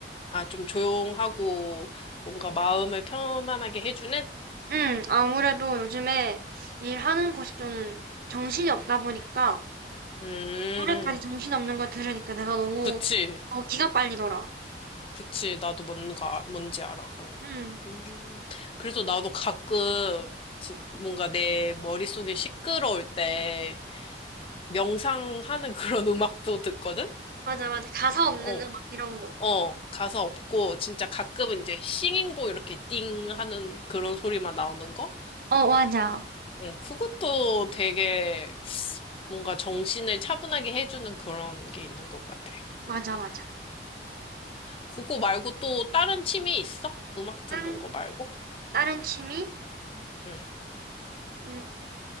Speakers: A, on the left; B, on the right.
A: 아, 좀 조용하고 뭔가 마음을 편안하게 해주는?
B: 음, 아무래도 요즘에 일하는 곳이 좀 정신이 없다 보니까
A: 음,
B: 노래까지 정신없는 거 들으니까 내가 너무
A: 그치,
B: 어, 기가 빨리더라.
A: 그치. 나도 뭔가, 뭔지 알아, 그런
B: 음,
A: 거. 음, 그래서 나도 가끔 지- 뭔가 내 머릿속이 시끄러울 때 명상하는 그런 <laughs> 음악도 듣거든?
B: 맞아, 맞아. 가사 없는
A: 어,
B: 음악 이런 거.
A: 어, 가사 없고 진짜 가끔은 이제 싱잉보 이렇게 띵 하는 그런 소리만 나오는 거?
B: 어, 맞아.
A: 어, 그것도 되게 뭔가 정신을 차분하게 해주는 그런 게 있는 것 같아. 음.
B: 맞아, 맞아.
A: 그거 말고 또 다른 취미 있어? 음악 듣는
B: 다른,
A: 거 말고?
B: 다른
A: 응,
B: 취미?
A: 응.
B: 음,